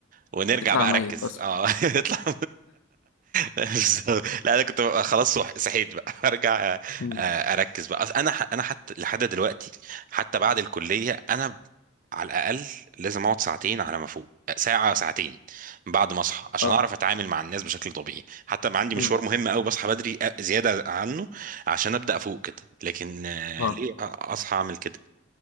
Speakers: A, on the right; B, on the left.
A: ونرجع
B: تطلع
A: بقى
B: ميت
A: اركز
B: اصلا
A: اه <laughs> اطلع بالظبط. لا انا كنت ببقى خلاص صح- صحيت بقى <laughs> ارجع أ-
B: مم.
A: اركز بقى أصل انا ح- انا حتى لحد دلوقتي حتى بعد الكليه انا على الاقل لازم اقعد ساعتين على ما فوق ساعه ساعتين بعد ما اصحى عشان
B: اه
A: اعرف اتعامل مع الناس بشكل طبيعي حتى ما عندي
B: مم.
A: مشوار مهم قوي بصحى بدري أ- زياده عنه عشان ابدا افوق كده لكن آه،
B: اه
A: ليه أ- اصحى اعمل كده